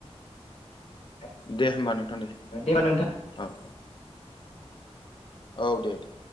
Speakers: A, on the left; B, on the left.
A: नोंथां
B: दे होमबा नोंथां दे
A: होमबा नोंथां
B: औ औ औ दे दे